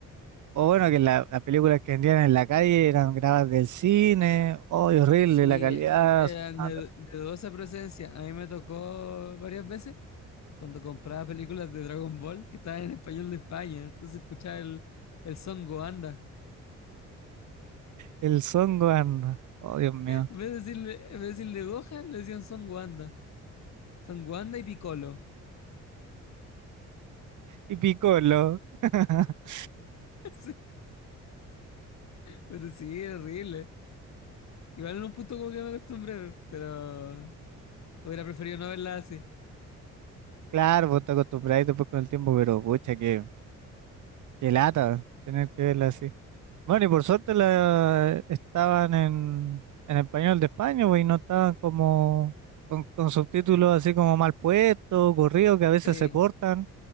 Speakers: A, on the right (about 75°); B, on the left (about 65°).
A: o bueno, que la- las películas que vendían en la calle eran grabadas del cine, oh, horrible,
B: sí,
A: la calidad,
B: eran
A: ah,
B: de,
A: terrible.
B: de dudosa presencia. A mí me tocó varias veces cuando compraba películas de Dragon Ball que estaban en español de España. Entonces escuchaba el, el Son Goanda.
A: el Songwan, oh, Dios mío,
B: En vez de decirle, en vez de decirle Gohan, le decían Son Goanda. Son Goanda y Piccolo.
A: y Piccolo. <laughs>
B: <laughs> Sí, pero sí, era horrible. Igual en un punto como que me acostumbré, pero hubiera preferido no verla así.
A: Claro, vos te acostumbráis después con el tiempo, pero pucha, qué, qué lata tener que verla así. Bueno, y por suerte la, estaban en, en español de España, güey, y no estaban como con, con subtítulos así como mal puestos, corridos, que a veces
B: Sí,
A: se cortan.